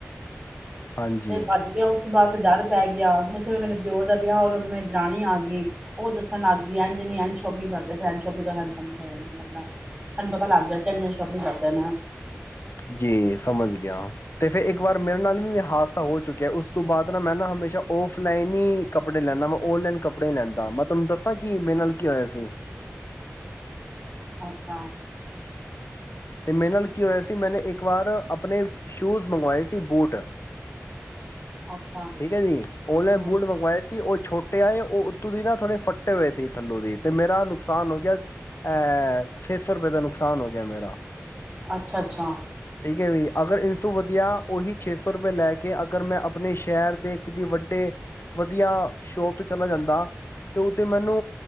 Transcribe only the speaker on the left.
ਹਾਂਜੀ
ਜੀ ਸਮਝ ਗਿਆ ਤੇ ਫਿਰ ਇੱਕ ਵਾਰ ਮੇਰੇ ਨਾਲ ਵੀ ਹਾਦਸਾ ਹੋ ਚੁੱਕਿਆ ਉਸ ਤੋਂ ਬਾਅਦ ਨਾ ਮੈਂ ਨਾ ਹਮੇਸ਼ਾ ਆਫਲਾਈਨ ਹੀ ਕੱਪੜੇ ਲੈਦਾ ਮੈਂ ਆਨਲਾਈਨ ਕੱਪੜੇ ਨਹੀ ਲੈਂਦਾ ਮੈਂ ਤੁਹਾਨੂੰ ਦੱਸਾਂ ਕਿ ਮੇਰੇ ਨਾਲ ਕੀ ਹੋਇਆ ਸੀ
ਅਤੇ ਮੇਰੇ ਨਾਲ ਕੀ ਹੋਇਆ ਸੀ ਮੈਨੇ ਇੱਕ ਵਾਰ ਆਪਣੇ ਸ਼ੂਜ਼ ਮੰਗਵਾਏ ਸੀ ਬੂਟ
ਠੀਕ ਹੈ ਜੀ ਆਨਲਾਈਨ
ਬੂਟ ਮੰਗਵਾਏ ਸੀ ਉਹ ਛੋਟ ਤੇ ਆਏ ਉਹ ਉੱਤੋਂ ਦੀ ਨਾ ਥੋੜੇ ਫੱਟੇ ਹੋਏ ਸੀ ਥੱਲੋਂ ਦੀ ਤੇ ਮੇਰਾ ਨੁਕਸਾਨ ਹੋ ਗਿਆ ਅਹ ਛੇਸੌ ਰੁਪਏ ਦਾ ਨੁਕਸਾਨ ਹੋ ਗਿਆ ਮੇਰਾ
ਠੀਕ ਹੈ ਵੀ ਅਗਰ ਇਸ ਤੋਂ ਵਧੀਆ ਉਹੀ ਛੇ ਸੌ ਰੁਪਏ ਲੈ ਕੇ ਅਗਰ ਮੈਂ ਆਪਣੇ ਸ਼ਹਿਰ ਦੇ ਕਿਤੇ ਵੱਡੇ ਵਧੀਆ ਸ਼ੋਪ ਤੋਂ ਚਲਾ ਜਾਂਦਾ ਤੇ ਉਦੇ ਮੈਨੂੰ,